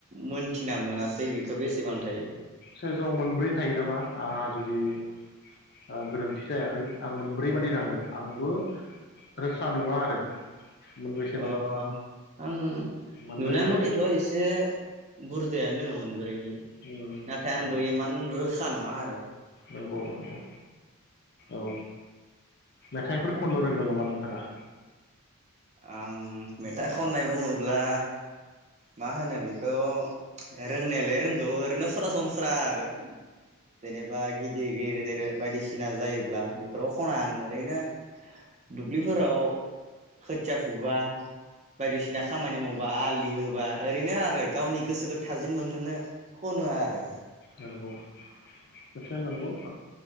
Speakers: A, on the right; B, on the left.
A: मोनथिना मोनासै बेखौ बेसेबां थायो
B: सोरजआव मोनब्रै थायो नामा जुदि ओ गोरोन्थि जायाखै आं मोनब्रै बादि नांदों आंबो रोखा नङा आरो मोनबेसे दं
A: ओं आं
B: मोनब्रै
A: नुनाय
B: थायो
A: मथेथ' एसे बुरजायानो दङमोन नाथाय
B: उम
A: आंबो
B: उम
A: इमान रो गोखा नङा आरो
B: नंगौ नंगौ औ मेथाइफोर खननो रोंगौ नामा नोंथाङा
A: आं मेथाइ खननाय बुङोब्ला मा होनो बेखौ रोंनायालाय रोंगौ ओरैनो सरासनस्रा आरो जेनबा <unintelligible> सिना जायोब्ला बेफोराव खना आं ओरैनो दुबलिफोराव खोथिया फुबा बायदिसिना खामानि मावबा आलि होबा ओरैनो आरो गावनि गोसोखौ थाजिम मोनहोनो खनो आरो
B: नंगौ खोथाया नंगौ